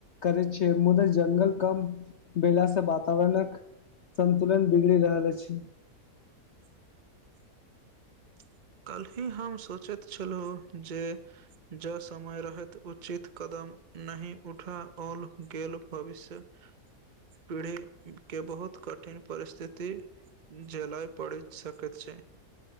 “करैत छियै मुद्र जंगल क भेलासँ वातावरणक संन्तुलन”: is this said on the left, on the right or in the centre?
Left